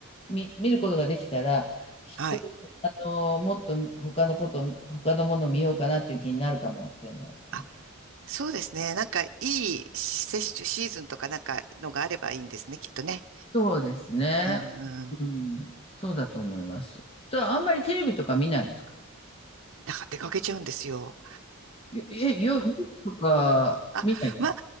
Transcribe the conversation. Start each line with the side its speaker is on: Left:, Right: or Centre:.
Left: 見、見ることができたらきっとあのもっと他のこと他のものを見ようかなっていう気になるかもしれないですね。
Right: はい。あ、そうですね。なんかいい接種シーズンとかなんかのがあればいいんですね、きっとね。
Left: そうですね。
Right: うんうん。
Left: うん。そうだと思います。とあんまりテレビとか見ないですか
Right: だから出かけちゃうんですよ。
Left: よえ、よ、夜とか見ないですか
Right: あ、まあ、